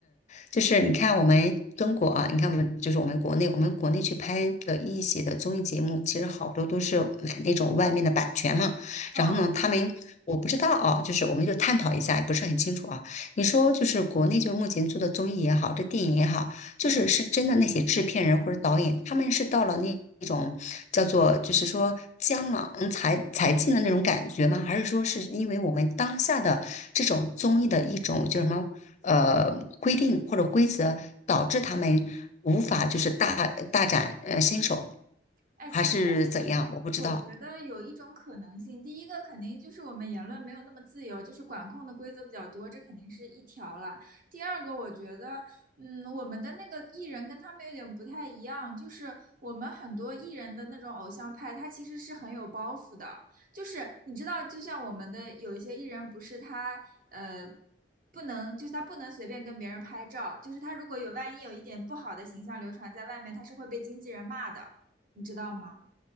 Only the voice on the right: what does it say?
嗯
哎，
其实我我觉得有一种可能性，
第一个肯定就是我们言论没有那么自由，就是管控的规则比较多，这肯定是一条了。第二个，我觉得，嗯，我们的那个艺人跟他们有点不太一样，就是我们很多艺人的那种偶像派，他其实是很有包袱的，就是你知道，就像我们的有一些艺人，不是他呃。不能，就是他不能随便跟别人拍照，就是他如果有万一有一点不好的形象流传在外面，他是会被经纪人骂的。你知道吗？